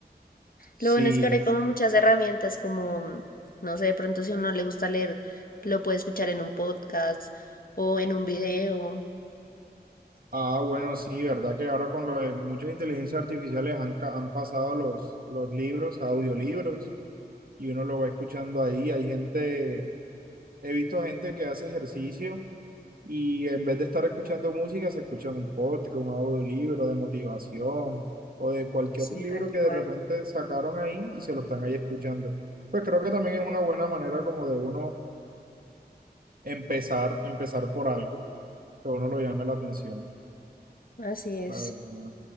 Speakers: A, on the right (about 60°); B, on the left (about 60°).
A: sí.
B: Lo bueno es que ahora hay como muchas herramientas, como, mm, no sé, de pronto si a uno le gusta leer, lo puede escuchar en un podcast o en un video.
A: Ah, bueno, sí, verdad que ahora con lo de muchas inteligencias artificiales han, ca- han pasado los, los libros, a audiolibros, y uno lo va escuchando ahí. Hay gente, he visto gente que hace ejercicio y en vez de estar escuchando música, se escucha un podcast, un audiolibro de motivación o de cualquier
B: Sí,
A: libro
B: tal
A: que
B: cual.
A: de repente sacaron ahí y se lo están ahí escuchando. Pues creo que también es una buena manera como de uno empezar, empezar por algo que a uno lo llame la atención,
B: Así es.
A: la verdad.